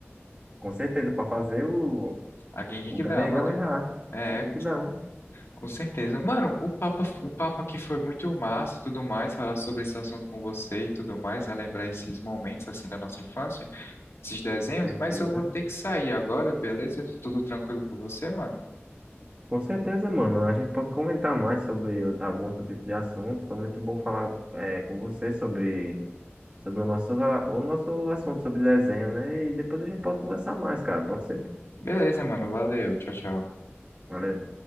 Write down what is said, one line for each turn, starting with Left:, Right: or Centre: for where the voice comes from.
Right: com certeza, para fazer o,
Left: A Genkidama,
Right: o Gamergamerra.
Left: né? É,
Right: Tem que dar, mano.
Left: Com certeza. Mano, o papo, o papo aqui foi muito massa e tudo mais, falar sobre esse assunto com você e tudo mais, relembrar esses momentos assim da nossa infância, esses desenhos,
Right: Com certeza.
Left: mas eu vou ter que sair agora, beleza? Tudo tranquilo com você, mano?
Right: Com certeza, mano. A gente pode comentar mais sobre outro- algum outro tipo de assunto. Foi muito bom falar é, com você sobre, sobre o nosso, o nosso assunto sobre desenho, né? E depois a gente pode conversar mais, cara. Pode ser?
Left: Beleza, mano. Valeu. Tchau, tchau.
Right: Valeu.